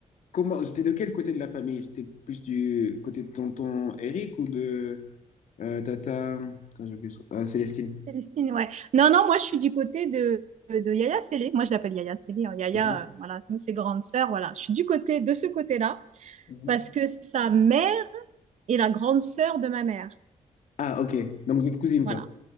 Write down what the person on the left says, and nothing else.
Comment, j'étais de quel côté de la famille? J'étais plus du côté de tonton Eric ou de euh, tata... Attends, j'ai oublié son- euh, Célestine.
Ok.
Mhm.
Ah, ok. Donc vous êtes cousine,
quoi.